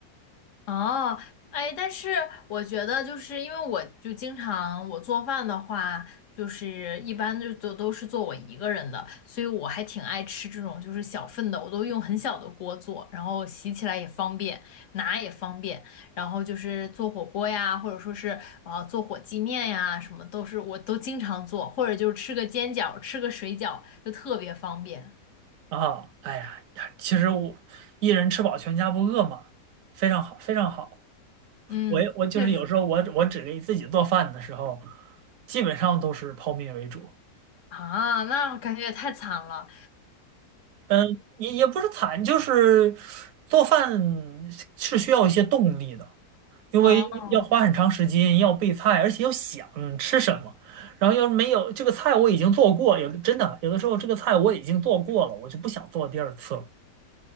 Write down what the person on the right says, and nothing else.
啊，哎呀呀，其实我一人吃饱全家不饿嘛，非常好，非常好。
我也我就是有时候我我只给自己做饭的时候，
基本上都是泡面为主。
嗯，也也不是惨，就是做饭是需要一些动力的，因为要花很长时间，
要备菜，而且要想吃什么。然后要是没有这个菜我已经做过，有的真的有的时候这个菜我已经做过了，我就不想做第二次了。